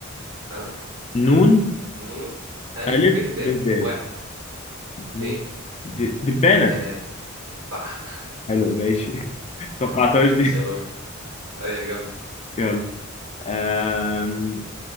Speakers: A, on the right (about 75°); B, on the left (about 30°).
A: اه
B: نون
A: نون ألف
B: الف
A: ب د
B: ب ب
A: واحد اتنين
B: نون د- دبانة
A: تلاتة صح
B: حلو ماشي <laughs> توقعتهاش
A: <laughs>
B: دي
A: ماشي يلا ويت أيوة جامدة
B: يلا آم،